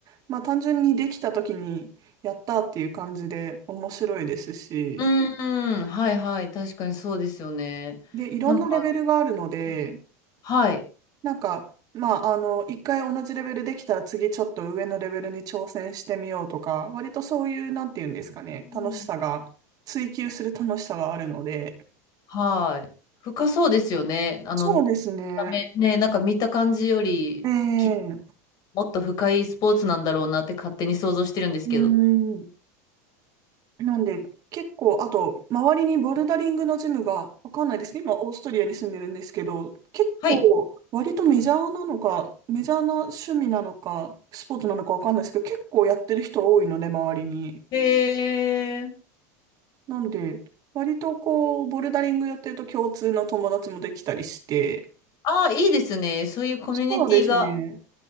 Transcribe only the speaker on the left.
うーん、はいはい、確かにそうですよね。
なんか、うんはい、
うん
はい。深そうですよね。あの、
見た目ね、なんか見た感じより、
きっともっと深いスポーツなんだろうなって勝手に想像してるんですけど。
はい。
へえ、
ああ、いいですね。そういうコミュニティが